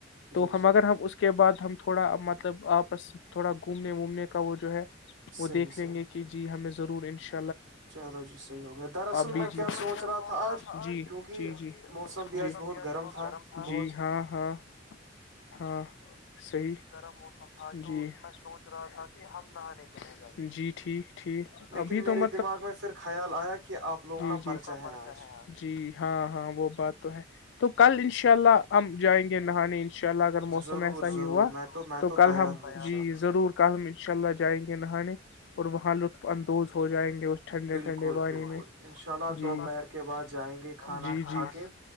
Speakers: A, on the left (about 65°); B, on the right (about 85°).
A: تو
B: جی
A: ہم
B: جی
A: اگر ہم اس کے بعد ہم تھوڑا مطلب آپس تھوڑا گھومنے وومنے کا وہ جو ہے وہ
B: صحیح
A: دیکھ
B: صحیح
A: لیں گے کہ جی ہم ضور انش
B: چلو جی صحیح ہو گیا دراصل
A: بھی
B: میں
A: جی
B: کیا سوچ رہا تھا آج
A: جی
B: کیونکہ
A: جی جی
B: موسم بھی
A: جی
B: آج بہت تھا
A: گرم
B: بہت
A: جی ہاں ہاں ہاں صحیح گرم موسم تھا جی میں سوچ رہا تھا کہ ہم نہانے جی ٹھیک ٹھیک
B: لیکن
A: ابھی
B: میرے
A: تو م
B: دماغ میں پھر خیال آیا کہ آپ لووں کا
A: جی
B: پرچا ہے آج
A: جی ہاں ہاں وہ بات تو ہے تو کل انشاء اللہ ہم جائیں گے نہانے ان ان شاء اللہ اگر موسم
B: ضرور
A: ایسا
B: ضرور
A: ہی ہوا
B: میں میں
A: تو کل
B: تیار
A: ہم
B: ہوں ان
A: جی
B: شاء اللہ
A: ضرور کل ہم انشاء اللہ جائیں گے نہانے اور وہاں لطف اندوز ہو جائیں گے اس ٹھنڈے
B: بالکل
A: ٹھنڈے پانی
B: بالکل
A: میں
B: ان شاء اللہ
A: جی
B: دوپہر کے کے بعد جائیں گے کھانا
A: جی
B: کھا
A: جی
B: کے